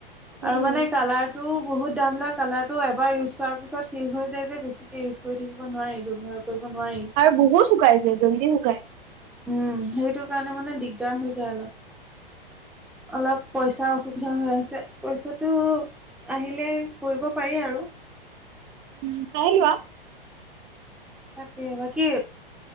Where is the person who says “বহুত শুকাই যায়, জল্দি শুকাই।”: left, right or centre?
Right